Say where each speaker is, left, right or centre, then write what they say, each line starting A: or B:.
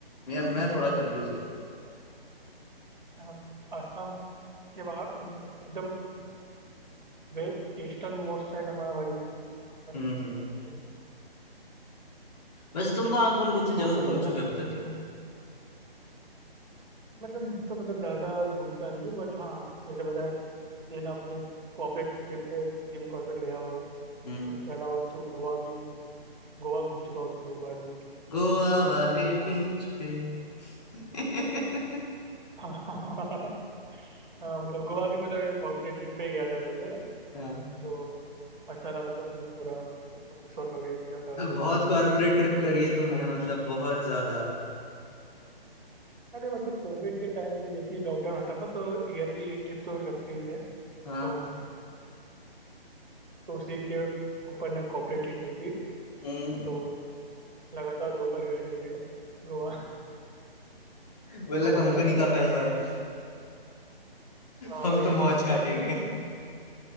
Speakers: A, on the left; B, on the right.
A: मैं मैं थोड़ा कंफ्यूज हो गया
B: हाँ असम के बाहर एकदम वे ईस्टर्न मोस्ट साइड हमारा वही है अरुणाचल
A: हम्म हम्म वैसे तुम कहाँ कौन कौन सी
B: हाँ
A: जगह
B: तो अरुणाचल
A: घूम चुके हो
B: प्रदेश
A: अभी तक के
B: में हूँ मतलब मैं तो मतलब ज़्यादा घूमता नहीं हूँ बट हाँ जैसे बताया ये ना अपने कॉर्पोरेट ट्रिप पे जिम कॉर्बेट गया हुआ हूँ
A: हम्म
B: उसके अलावा तो गोवा में गोवा घूम चुका हूँ दो बार मैं
A: गोवा वाले
B: ठीक था
A: बीच पे <laughs>
B: हाँ <laughs> हाँ, मतलब गोवा भी मतलब कॉर्पोरेट ट्रिप पे ही गया था वैसे
A: हाँ,
B: तो अच्छा था मतलब वो पूरा रिसोर्ट वगैरह लिया था तो
A: बहुत कॉर्पोरेट ट्रिप
B: एकदम
A: करी है
B: सही
A: तुमने
B: था
A: मतलब बहुत ज्यादा
B: अरे मतलब कोविड के टाइम पे जैसे ही लॉकडाउन हटा था तो ईयरली एक ट्रिप तो लगते ही थे तो
A: हाँ
B: तो उसी के ऊपर ना कॉर्पोरेट ट्रिप हुई थी
A: हम्म
B: तो लगातार दो बार गए थे हम भी गोवा
A: बोला
B: तो मजा
A: कंपनी
B: आई थी
A: का
B: तब
A: पैसा है
B: हाँ
A: हम
B: वही
A: तो मौज काटेंगे
B: <laughs>